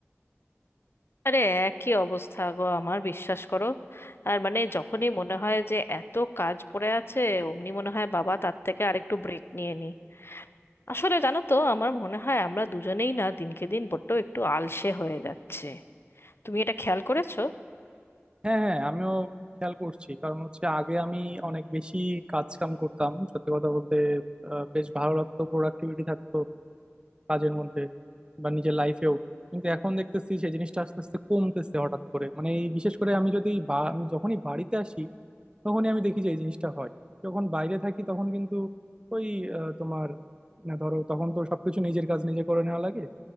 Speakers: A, on the left; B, on the right.
A: আরে একই অবস্থা গো আমার বিশ্বাস করো আর মানে যখনই মনে হয় যে এত কাজ পড়ে আছে অমনি মনে হয় বাবা তার থেকে আরেকটু ব্রেক নিয়ে নি আসলে জানো তো আমার মনে হয় আমরা দুজনেই না দিনকে দিন বড্ড একটু আলসে হয়ে যাচ্ছে তুমি এটা খেয়াল করেছো
B: হ্যাঁ হ্যাঁ আমিও খেয়াল করছি কারণ হচ্ছে আগে আমি অনেক বেশি কাজ কাম করতাম সত্যি কথা বলতে আহ, বেশ ভালো লাগতো প্রোডাক্টিভিটি থাকতো কাজের মধ্যে বা নিজের লাইফেও কিন্তু এখন দেখতেছি সেই জিনিসটা আস্তে আস্তে কমতেছে হঠাৎ করে মানে এই বিশেষ করে আমি যদি বা- আমি যখনই বাড়িতে আসি তখনই আমি দেখি যে এই জিনিসটা হয় যখন বাইরে থাকি তখন কিন্তু ওই আহ, তোমার না ধরো তখন তো সবকিছু নিজের কাজ নিজে করে নেওয়া লাগে